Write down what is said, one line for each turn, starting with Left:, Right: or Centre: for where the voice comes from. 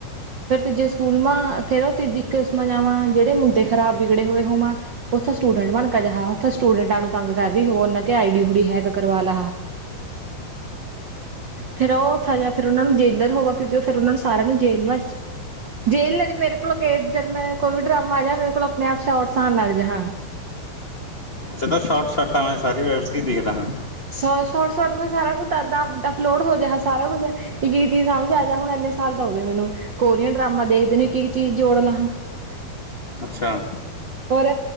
Right: ਫੇਿਰ ਤੀਜੇ ਸਕੂਲ ਮਾ ਫੇਰ ਉਹ ਤੀਜੀ ਇੱਕਮਾ ਜਾਵਾਂ <unintelligible> <unintelligible> ਜਿਹੜੇ ਮੁੰਡੇ ਖਰਾਬ ਬਿਗੜੇ ਹੋਏ ਹੋਵਾਂ ਉੱਥੇ ਸਟੂਡੈਂਟ ਬਣ ਕੇ ਜਿਹਾ ਉੱਥੇ ਸਟੂਡੈਂਟਾਂ ਨੂੰ ਤੰਗ ਕਰ ਰ ਹੋ ਉਹਨਾ ਕੇ ਆਈ ਡੀ ਹੂੀ ਹੈਕ ਕਰਵਾ ਲਾ ਹਾਂ ਫੇਿਰ ਉਹਥੇ ਜਾ ਫਿਰ ਉਹਨਾਂ ਨੂੰ ਜੇਲਰ ਹੋਵਾ ਕਿਉਂਕਿ <unintelligible> <unintelligible> ਫਿਰ ਉਹਨਾਂ ਨੂੰ ਸਾਰਿਆਂ ਨੂੰ ਜੇਲ ਵ <unintelligible> <unintelligible> ਜੇਲ੍ਹ ਲ ਨੀ ਮੇਰੇ ਕੋਲ ਗੇਟ ਜ ਮੈਂ ਕੋਈ <unintelligible> ਡਰਾਮਾ ਜਿਹਾ ਮੇਰੇ ਕੋਲ ਆਪਣੇ ਆਪ ਸ਼ ਆਟਸਉਣ ਲੱਗ ਜਾ ਹਾਂ <unintelligible> <unintelligible>
Left: ਅੱਛਾ, ਸ਼ੋਟ ਸ਼ੋਟਾਂ ਮੈਂ ਸਾਰੀ ਵੈਬ ਸੀਰੀਜ਼ ਦੇਖਦਾ ਹਾਂ।
Right: ਸ਼ੋਰਟ ਸ਼ੋਟ ਮੈਂ ਸਾਰਾ ਕੁਛਦ ਅਪਲੋਡ ਹੋ ਜਾਹਾ ਸਾਰਾ ਕੁਝ ਇੱਕ ਇੱਕ ਚੀਜ਼ ਸਮਝ ਆ ਜਾ ਹੁਣ ਇੰਨੇ ਸਾਲ ਦਾ ਹੋ ਗ ਮੈਨੂੰ ਕੋਰੀਅਨ ਡਰਾਮਾ ਦੇਖਦੇ ਨੇ ਇੱਕ ਇੱਕ ਚੀਜ਼ ਜੋੜ ਲ ਹਾਂ। <unintelligible> <unintelligible>
Left: ਅੱਛਾ!
Right: ਹੁਣ